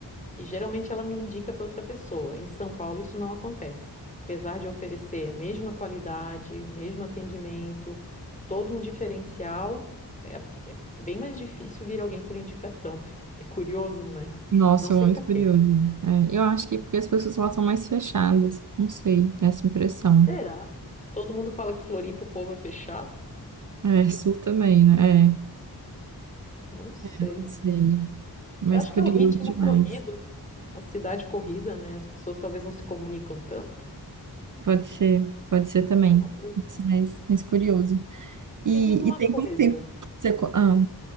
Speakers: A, on the left (about 20°); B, on the right (about 50°).
A: e geralmente ela me indica para outra pessoa. Em São Paulo isso não acontece. Apesar de oferecer a mesma qualidade, mesmo atendimento, todo um diferencial, é bem mais difícil vir alguém por indicação. <laughs> É curioso, né?
B: Nossa,
A: Não sei
B: eu muito
A: por
B: curioso.
A: quê.
B: É, eu acho que porque as pessoas lá são mais fechadas. Não sei, tem essa impressão.
A: Será? Todo mundo fala que Floripa o povo é fechado?
B: É, sul também, né? É,
A: Não sei.
B: não sei. Mas
A: Eu acho
B: curioso
A: que é o ritmo
B: demais.
A: corrido, a cidade corrida, né? As pessoas talvez não se comunicam tanto.
B: Pode ser, pode ser também.
A: É uma...
B: Isso, Mas, mas curioso. E,
A: Me diz uma
B: e tem
A: coisa.
B: quanto tempo que você. co- Ah,